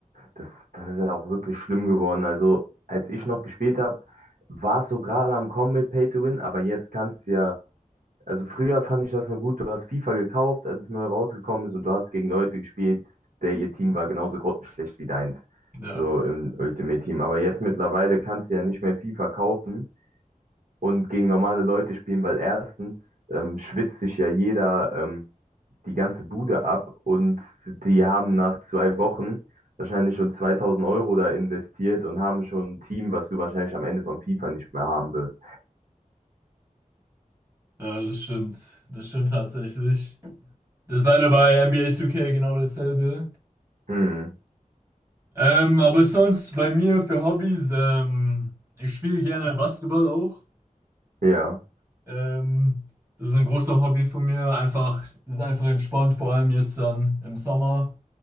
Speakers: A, on the right; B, on the right.
A: das, das ist ja auch wirklich schlimm geworden. Also, als ich noch gespielt habe, war es so gerade am Kommen mit Pay to Win, aber jetzt kannst du ja, also früher fand ich das nur gut, du hast FIFA gekauft, als es neu rausgekommen ist und du hast gegen Leute gespielt, der ihr Team war genauso grottenschlecht wie deins,
B: Ja,
A: so im Ultimate Team. Aber jetzt mittlerweile kannst du ja nicht mehr FIFA kaufen und gegen normale Leute spielen, weil erstens ähm, schwitzt sich ja jeder. Ähm, die ganze Bude ab und die haben nach zwei Wochen wahrscheinlich schon 2000 Euro da investiert und haben schon ein Team, was du wahrscheinlich am Ende von FIFA nicht mehr haben wirst.
B: ja, das stimmt. Das stimmt tatsächlich. Das ist leider bei NBA 2K genau dasselbe.
A: Hm,
B: Ähm, aber sonst bei mir für Hobbys, ähm, ich spiele gerne Basketball auch.
A: ja.
B: Ähm, das ist ein großer Hobby von mir. Einfach, das ist einfach entspannt, vor allem jetzt dann im Sommer,